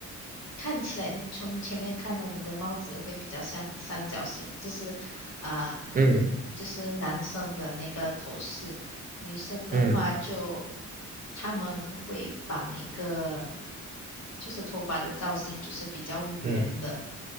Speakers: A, on the left (about 60°); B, on the right (about 30°).
A: 看起来从前面看的我们的帽子会比较像三角形，这是啊、
B: 嗯
A: 这是男生的那个头饰，女生的话就
B: 嗯
A: 他们会绑一个，就是头发的造型就是比较圆的，
B: 嗯。